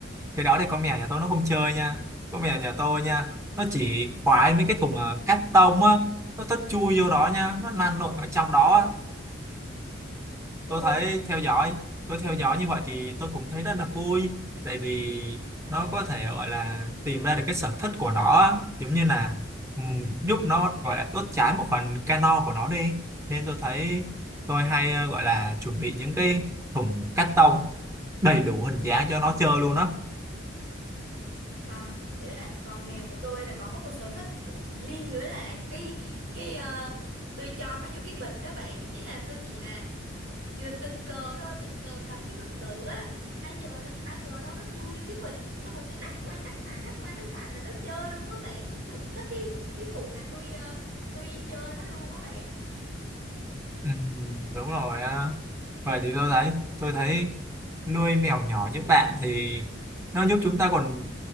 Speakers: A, on the right; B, on the right.
A: Cái đó thì con mèo nhà tôi nó không chơi nha con mèo nhà tôi nha nó chỉ khoái mấy cái thùng ờ, cắt tông á nó tất chui vô đó nha nó lăn lộn ở trong đó á.
B: Ồ
A: tôi thấy theo dõi tôi theo dõi như vậy thì tôi cũng thấy rất là vui tại vì nó có thể gọi là tìm ra được cái sở thích của nó á. giống như là ừm, giúp nó gọi là đốt cháy một phần cano của nó đi nên tôi thấy tôi hay ờ, gọi là chuẩn bị những cái thùng cắt tông đầy đủ hình dáng cho nó chơi luôn á
B: Còn đấy là còn mèo của tôi là còn có một sở thích riêng nữa là cái cái ờ, tôi cho nó vô cái bịch đó bạn ý là tôi chỉ là kiểu tình cờ thôi tình cờ cầm cái bịch bự á ai giờ ai ngờ đâu nó chui vô cái bịch xong rồi tôi nắc qua nắc lại nắc qua nắc lại mà nó chơi luôn á bạn nó thưởng thức cái cái vụ mà tôi ờ, tôi chơi nó luôn á bạn
A: Ừ, đúng rồi á vậy thì tôi thấy tôi thấy nuôi mèo nhỏ như bạn thì nó giúp chúng ta còn